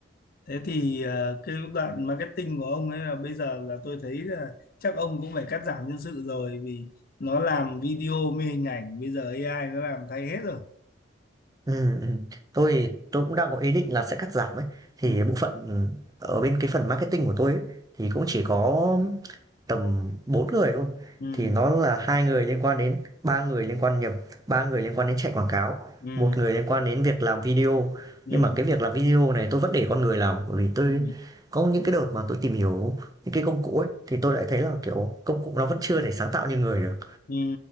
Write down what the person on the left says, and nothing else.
thế thì ờ, cái đoạn marketing của ông ấy là bây giờ là tôi thấy là chắc ông cũng phải cắt giảm nhân sự rồi vì nó làm video mê hình ảnh bây giờ AI nó làm thay hết rồi
ừ,
ừ,
ừ,
ừ.
ừ.
Ừ.